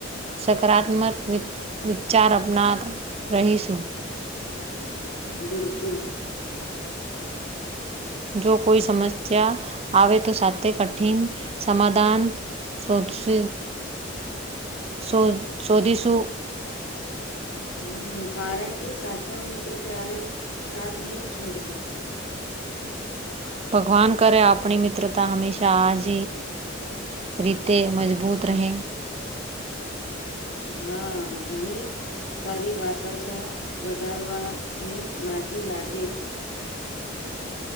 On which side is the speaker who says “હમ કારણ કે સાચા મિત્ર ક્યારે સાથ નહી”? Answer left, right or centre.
Left